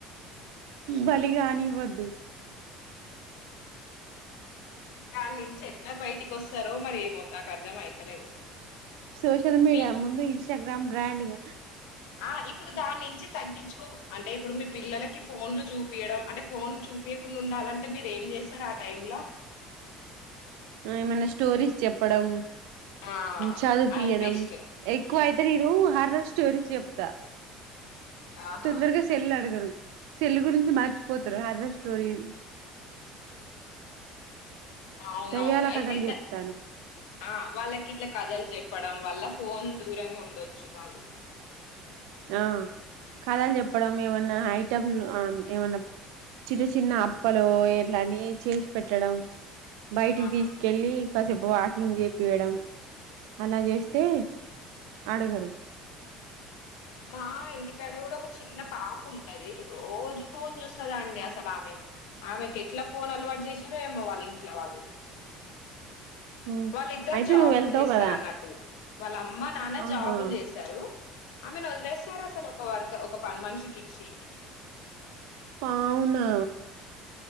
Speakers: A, on the right; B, on the left.
A: బలిగాని ఇవ్వద్దు
B: దాని నుంచి ఎట్లా బయటికి వస్తారో మరి ఏమవుతా నాకు అర్థం అయితలేదు
A: సోషల్ మీడియా
B: మీ
A: ముందు ఇన్స్టాగ్రామ్ బ్రాండ్ గ
B: ఆ ఇప్పుడు దాని నుంచి తగ్గించు అంటే ఇప్పుడు మీ పిల్లలకి ఫోన్లు చూ చూయడం అంటే ఫోన్ చూపియకుండా ఉండాలంటే మీరు ఏం చేస్తారు ఆ టైం లో
A: ఏమైనా స్టోరీస్ చెప్పడం
B: ఆ
A: చదువు
B: అది
A: పియడం
B: బెస్ట్
A: ఎక్కువ
B: ఉమ్,
A: అయితే నేను స్టోరీ చెప్తా
B: ఆహా
A: తొందరగా సెల్ అడగరు సెల్ గురించి మర్చిపోతారు హారర్ స్టోరీ <inaudible>
B: అవునవును
A: దయ్యాల
B: అయితే
A: కథలు చెప్తాను
B: ఆ వాళ్ళకి ఇట్లా కథలు చెప్ప చెప్పడం వల్ల ఫోన్ దూరంగా ఉండొచ్చు వాళ్ళు
A: ఆ కథాలు చెప్పడం ఏమన్నా హైట్ <unintelligible> చిన్న చిన్న అప్పలు ఇలని చేసి పెట్టడం బయటికి
B: ఆహా
A: తీసుకెళ్లి కాసేపు వాకింగ్ చేపియడం అలా చేస్తే అడగరు
B: మా ఇంటికాడ కూడా ఒక చిన్న పాప ఉంటది రోజు ఫోన్ చూస్త దండి అసలు ఆమె ఆమెకు ఎట్లా ఫోన్ అలవాటు చేసారో ఏమో వాళ్ళు ఇంట్లో వాళ్ళు
A: మ్మ్
B: వాళ్ళిద్దరు
A: అయితే
B: జాబులు
A: నువ్వు వెళ్తావు
B: చేస్తారు
A: కదా
B: అన్నట్టు వాళ్ళ అమ్మ నాన్న
A: ఆహా
B: జాబులు చేసారు ఆమెను వదిలేరు అసలు ఒక వర్క్ పన్ మనుసికిచ్చి
A: ఆవునా